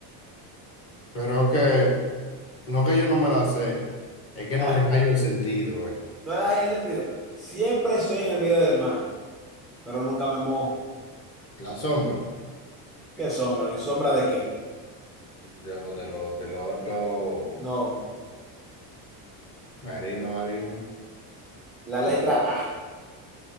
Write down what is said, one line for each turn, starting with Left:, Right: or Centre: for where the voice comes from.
Left: Pero que, no que yo no me la sé, es que no
Centre: <laughs>
Left: le hallo el sentido, güey
Centre: No le das ahí el sentido. Siempre estoy en el medio del mar, pero nunca me mojo.
Left: La sombra
Centre: ¿Qué sombra? ¿Ni sombra de qué?
Left: de lo, de lo, de lo otro
Centre: No.
Left: marino, marino.
Centre: La letra A.